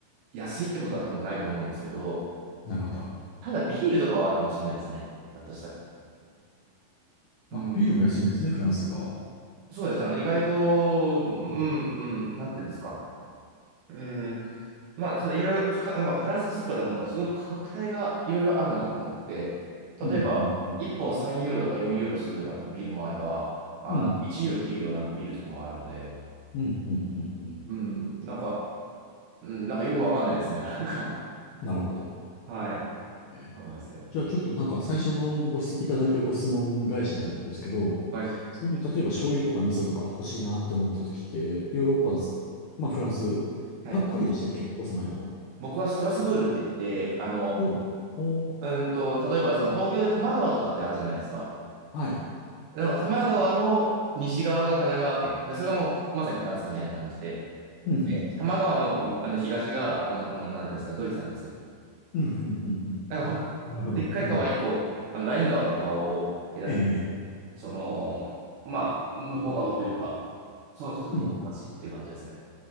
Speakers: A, on the right; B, on the left.
A: 安いってことは多分ないと思うんですけど、
B: なるほど。あ
A: ただビールとかはあるかもしれないですね。だとしたら。
B: あ。
A: うん。
B: あ、ビールも安いんですね、フランスとかは。
A: そうです。あの、意外と、うん、
B: うん、
A: うん、なんていうんですか。うん。まあ、そのいろいろか、なんかフランスのスーパーで思うのはすごい価格帯がいろいろあるなって思って、例えば、
B: うん、うん、うん。
A: 1本3ユーロとか4ユーロするようなビールもあれば、あの、
B: うん、
A: 1ユーロ切るようなビールとかもあるので、
B: うん、うん、うん。うん
A: うん、なんか、うん、なんかよくわかんないですね。なんか、
B: なるほど。
A: はい。
B: えー
A: そうなんですよ。
B: じゃあちょっとなんか最初のご質、いただいたご質問返しになるんですけど、
A: はい。
B: そういう、例えば醤油とか味噌とか欲しいなって思った時って、ヨーロッパ、まあフランス、
A: はい。
B: パ、パリでしたっけお住まいなの。
A: 僕はストラスブールって言って、あの、
B: おうおう
A: うんと、例えばその東京で多摩川とかってあるじゃないですか。
B: はい。
A: でも多摩川の西側が神奈川県。で、それがもうまさにフランスみたいな感じで。
B: うんうん。
A: で、多摩川の、あの東が、あの、あのなんていうんですか、ドイツなんですよ。
B: うんうんうんうん。
A: だからほんと、
B: あ、なるほど。
A: でっかい川一個、
B: うん。
A: あの、ライン川って川を隔てて、
B: ええ
A: その、まあ、向こう側というか、そう、すぐそこが街っていう感じですね。
B: うん。